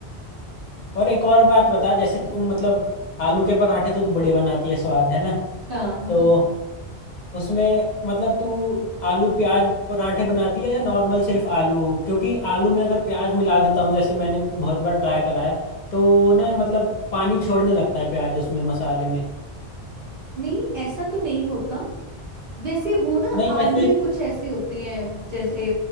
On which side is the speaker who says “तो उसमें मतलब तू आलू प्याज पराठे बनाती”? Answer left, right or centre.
Left